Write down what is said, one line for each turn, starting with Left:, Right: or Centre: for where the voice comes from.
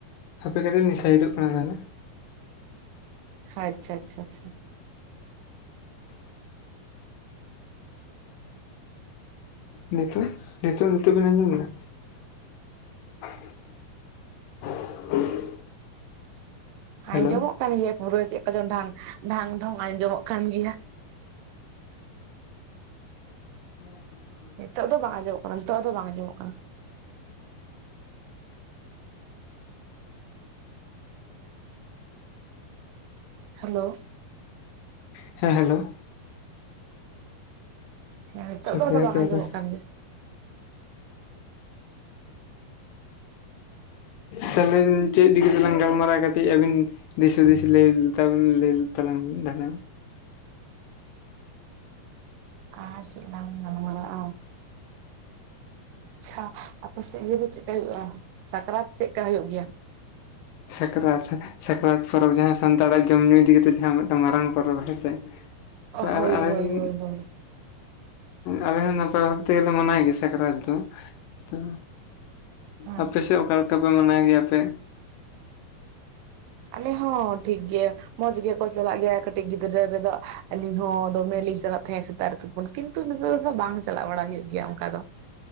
Left: ᱦᱟᱯᱮ ᱠᱟᱹᱴᱤᱡ ᱞᱤᱧ ᱥᱟᱭᱤᱰᱚᱜ ᱠᱟᱱᱟ ᱛᱟᱦᱚᱞᱮ
Right: ᱦᱟᱪᱪᱷᱟ ᱪᱷᱟ ᱪᱷᱟ
Left: ᱱᱤᱛᱚᱜ ᱱᱤᱛᱚᱜ ᱱᱤᱛᱚᱜ ᱵᱮᱱ ᱟᱸᱡᱚᱢᱮᱫᱟ? <inaudible> <inaudible> ᱦᱮᱞᱳ
Right: ᱟᱸᱡᱚᱢᱚᱜ ᱠᱟᱱ ᱜᱮᱭᱟ ᱯᱩᱨᱟᱹ ᱪᱮᱜ ᱠᱚᱪᱚᱝ ᱰᱷᱟᱝ ᱰᱷᱚᱝ ᱰᱷᱳᱝ ᱟᱸᱡᱚᱢᱚᱜ ᱠᱟᱱ ᱜᱮᱭᱟ
Left: <inaudible>
Right: ᱱᱤᱛᱚᱜ ᱫᱚ ᱵᱟᱝ ᱟᱸᱡᱚᱢᱚᱜ ᱠᱟᱱᱟ ᱱᱤᱛᱚᱜ ᱫᱚ ᱵᱟᱝ ᱟᱸᱡᱚᱢᱚᱜ ᱠᱟᱱᱟ ᱦᱮᱞᱳ
Left: ᱦᱮᱸ ᱦᱮᱞᱳ
Right: ᱱᱤᱛᱚᱜ
Left: ᱦᱟᱯᱮ
Right: ᱫᱚ ᱟᱫᱚ
Left: ᱦᱟᱯᱮ
Right: ᱵᱟᱝ ᱟᱸᱡᱚᱢᱚᱜ
Left: ᱦᱟᱯᱮ
Right: ᱠᱟᱱ ᱜᱮᱭᱟ
Left: <inaudible> ᱛᱟᱦᱚᱞᱤᱧ ᱪᱮᱫ ᱤᱫᱤ ᱠᱟᱛᱮᱞᱟᱝ ᱜᱟᱞᱢᱟᱨᱟᱭᱟ ᱠᱟᱹᱴᱤᱡ ᱟᱹᱵᱤᱱ ᱫᱤᱥ ᱦᱩᱫᱤᱥ ᱞᱟᱹᱭ ᱛᱟᱵᱮᱱ ᱞᱟᱹᱭ ᱛᱟᱞᱟᱝ ᱡᱟᱦᱟᱱᱟᱜ
Right: ᱟᱨ ᱪᱮᱜ ᱞᱟᱝ ᱜᱟᱞᱢᱟᱨᱟᱜᱼᱟ ᱟᱪᱪᱷᱟ ᱟᱯᱮ ᱥᱮᱜ ᱤᱭᱟᱹ ᱫᱚ ᱪᱮᱜᱠᱟ ᱦᱩᱭᱩᱜᱼᱟ ᱥᱟᱠᱨᱟᱛ ᱪᱮᱜᱠᱟ ᱦᱩᱭᱩᱜ ᱜᱮᱭᱟ?
Left: ᱥᱟᱠᱨᱟᱛ ᱥᱟᱠᱨᱟᱛ ᱯᱚᱨᱚᱵᱽ ᱡᱟᱦᱟᱸ ᱥᱟᱱᱛᱟᱲᱟᱜ ᱡᱚᱢ ᱧᱩ ᱤᱫᱤ ᱠᱟᱛᱮᱫ ᱡᱟᱦᱟᱸ ᱢᱤᱫᱴᱟᱝ ᱢᱟᱨᱟᱝ ᱯᱚᱨᱚᱵᱽ ᱦᱮᱸᱥᱮ ᱛᱟ
Right: ᱦᱳᱭ
Left: ᱟᱞᱮ ᱟᱞᱮ
Right: ᱦᱳᱭ
Left: ᱨᱤᱱ
Right: ᱦᱳᱭ ᱦᱳᱭ
Left: ᱟᱞᱮ ᱦᱚᱸ ᱱᱟᱯᱟᱭ ᱵᱷᱟᱵᱽ ᱛᱮᱜᱮ ᱞᱮ ᱢᱟᱱᱟᱭ ᱜᱮᱭᱟ ᱥᱟᱠᱨᱟᱛ ᱫᱚ ᱛᱚ
Right: ᱦᱮᱸ
Left: ᱟᱯᱮ ᱥᱮᱜ ᱚᱠᱟᱞᱮᱠᱟᱯᱮ ᱢᱟᱱᱟᱣ ᱜᱮᱭᱟ ᱯᱮ?
Right: ᱟᱞᱮ ᱦᱚᱸ ᱴᱷᱤᱠ ᱜᱮ ᱢᱚᱸᱡᱽ ᱜᱮᱠᱚ ᱪᱟᱞᱟᱜ ᱜᱮᱭᱟ ᱠᱟᱹᱴᱤᱡ ᱜᱤᱫᱽᱨᱟᱹ ᱨᱮᱫᱚ ᱟᱹᱞᱤᱧ ᱦᱚᱸ ᱫᱚᱢᱮᱞᱤᱧ ᱪᱟᱞᱟᱜ ᱛᱟᱦᱮᱸᱜ ᱥᱮᱛᱟᱜ ᱨᱮ ᱛᱩᱯ ᱯᱩᱱ ᱠᱤᱱᱛᱩ ᱱᱤᱛᱚᱜ ᱟᱫᱚ ᱵᱟᱝ ᱪᱟᱞᱟᱜ ᱵᱟᱲᱟ ᱦᱩᱭᱩᱜ ᱜᱮᱭᱟ ᱚᱝᱠᱟ ᱫᱚ